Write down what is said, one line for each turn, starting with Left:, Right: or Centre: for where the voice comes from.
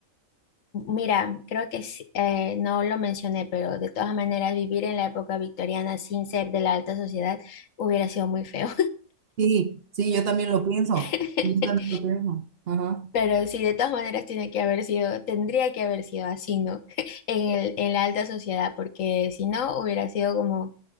Left: Mira, creo que sí, eh, no lo mencioné, pero de todas maneras vivir en la época victoriana sin ser de la alta sociedad hubiera sido muy feo.
Right: Sí, sí, yo también lo pienso.
Left: <laughs>
Right: Sí, yo también lo pienso. Ajá.
Left: Pero sí, de todas maneras tiene que haber sido, tendría que haber sido así, ¿no? <laughs> En el, en la alta sociedad, porque si no hubiera sido como